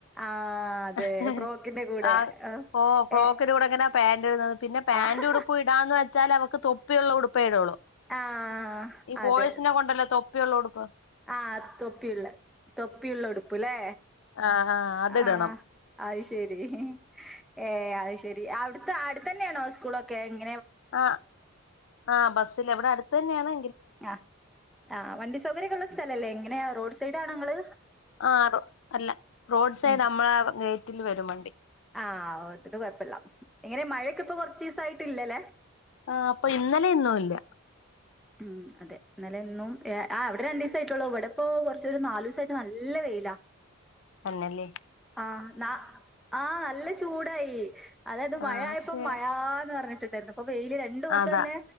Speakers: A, in the centre; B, on the left (about 65°).
A: ആഹ് അതെ
B: ഹ്. ഹ്ഹേ.
A: ഫ്രോക്കിന്റെ കൂടെ.
B: ആ.
A: ആഹ്
B: ഫോ. ഫ്ലോക്കിന്റെടെ
A: ഏ
B: എ ങ്ങന പാന്ൻറ്ടുന്നത് പിന്നെ പാാന്റ്
A: ആഹ്
B: ഉടുപ്പ് ഇടാന്ന് വെച്ചാ അവക്ക് തൊപ്പിയ ഉുള്ള ഉടുപ്പ ഇടള്ളൂ
A: ആഹ്
B: ഈ.
A: അതെ.
B: ബോയ്സിനെകൊണ്ടല്ലോ. തൊപ്പി യുള്ളഉടുപ്പ്
A: ആഹ്, തൊപ്പിയുള്ള. തൊപ്പിയുള്ള. ഉടുപ്പ് ലേ
B: ആഹ് ആഹ് അതിടണം
A: ആഹ, അഹ്. ശരി. ഏഎ. അഹ് ശരി അവിട്ത്തെ. അടുതന്നെണോ സ്കൂളൊക്കെ. മ്
B: ആ, ആ, ബസ്സില് വിടെ അടുതന്നെണ്
A: ആഹ്. ആ വണ്ടി സൗകര്യൊക്കള്ള സ്ഥല. അല്ലേ. ങ്ങനെയാ റോഡ് സൈഡണങ്ങള്
B: ആ അല്ല റോഡ് സൈഡ്
A: ഉം
B: മ്മള ഗെയ്റ്റിൽ വരും വണ്ടി
A: ആഹ് ഓത്തിട്ട് കൊഴപ്പള്ള. ഇങ്ങനെ മഴകെ ഇപ്പൊ കൊറചിസായിട്ട്. ഇല്ലല്ലേ
B: ആ. അപ്പൊ. ഇന്നലെ. ഇന്നുംല്ല
A: ഉം.. അതെ ന്നലേ, ന്നും, എ, അ, അവിടെ രണ്ടിസായിട്ടൊള്ളൂ. ഇവിടെപ്പോ കൊറച്ചൊരു നാലുസായിട്ട് നല്ലവെയില. വെയില
B: എന്നല്ലേ
A: ആഹ് ന ആഹ നല്ല ചൂടായി അതായത് മഴയപ്പോ
B: ആഹ് പക്ഷെ
A: മഴാന്ന് റഞ്ഞിട്ട് <unintelligible> അ പ്പൊ വെയില് രണ്ടുസംന്നെ
B: അതാ